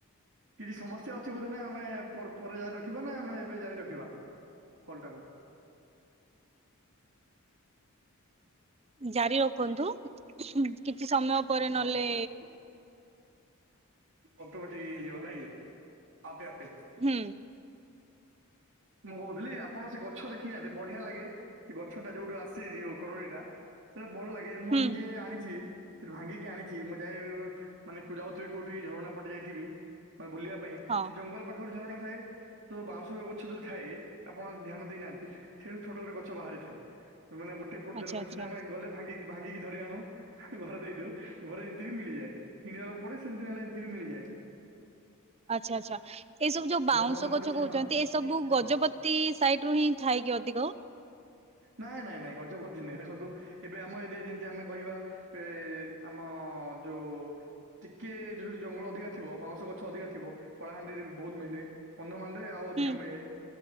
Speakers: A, on the right; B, on the right.
A: କିଛି ସମସ୍ୟା ଅଛି ବୋଧେ ନା ଆମେ ପର୍ ପରେ ଜାରି ରଖିବା ନା ଆମେ ଏବେ ଜାରି ରଖିବା ଟାକୁ
B: ଜାରି ରଖନ୍ତୁ କିଛି ସମୟ ପରେ
A: ହଁ।
B: ନହେଲେ
A: ଅଟମେଟିକ ହେଇଜିବ ନାଁଇ ଆପେ ଆପେ।
B: ହୁଁ।
A: ମୁଁ କହୁଥିଲି ଆପଣ ସେ ଗଛ ଦେଖିନାହାନ୍ତି ବଢିଆ ଲାଗେ, ସେ ଗଛ ଟା ଯୋଉଠୁ ଆସେ ଯଉ କରଡିଟା ସେଇଟା ଭଲ ଲାଗେ ମୁଁ
B: ହୁଁ
A: ନିଜେ ଆଣିଚି। ସେଠୁ ଭାଙ୍ଗିକି ଆଣିଛି ମୁଁ ଯାଇ ମାନେ ଯାଉଥିଲି କୋଉଠି ଝରଣା ପଟେ ଯାଇଥିବି ମାନେ ବୁଲିବା ପାଇଁ
B: ହଁ
A: ସେ ଜଙ୍ଗଲ ପାଖରେ ଝରଣା ଥାଏ ତ ବାଉଁଶ ଗଛ ଯୋଉ ଥାଏ ଆପଣ ଧ୍ୟାନ ଦେଇନାହାନ୍ତି ସେଇଠୁ ଛୋଟ ଛୋଟ ଗଛ ବାହାରିଥାଏ, ମାନେ ଗୋଟେ ପଟ
B: ଆଚ୍ଛା
A: ଦେଲେ ପଟ
B: ଆଚ୍ଛା
A: ସେ ଆମେ ଗଲେ ଭାଙ୍ଗିକି ଭାଙ୍ଗିକି ଧରି ଆଣୁ ଘରେ ଦେଇଦଉ ଘରେ ଏମିତି ବି ମିଳିଯାଏ କିଣିବାକୁ ପଡେ ସେମିତି ନହେଲେ ଏମିତି ବି ମିଳିଯାଏ।
B: ଆଚ୍ଛା ଆଚ୍ଛା ଏଇସବୁ ଯୋଉ ବାଉଁଶ
A: ମୋର ମନେ
B: ଗଛ
A: ପଡୁଛି
B: କହୁଛନ୍ତି
A: ହଁ
B: ଏସବୁ
A: ହଁ
B: ଗଜପତି ଦିସାଇଡ ରୁ ହିଁ ଥାଇକି ଅଧିକ?
A: ନାଇଁ ନାଇଁ ନାଇଁ ଗଜପତି ନାଇଁ ଦେଖନ୍ତୁ ଏବେ ଆମ ଏରିଆ ଯେମିତି ଆମେ କହିବା ଏ ଆମ ଯୋଉ ଟିକେ <unintelligible> ଜଙ୍ଗଲ ଅଧିକା ଥିବ ବାଉଁଶ ଗଛ ଅଧିକା ଥିବ କଳାହାଣ୍ଡିରେ ବହୁତ ମିଲେ। କନ୍ଧମାଳ ରେ ଆଉ ଅଧିକା
B: ହୁଁ
A: ମିଳେ!